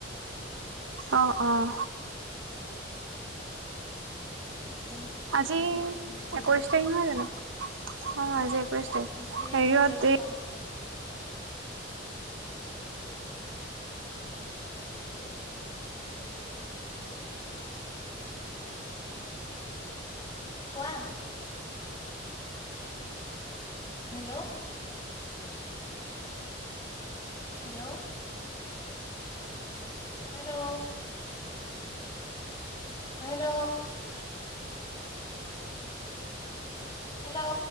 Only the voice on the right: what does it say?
অ'! অ'!
আজি,
একৈশ তাৰিখ নহয় জানোঁ? অ'! আজি একৈশ তাৰিখ।
সেৰিয়ত, দে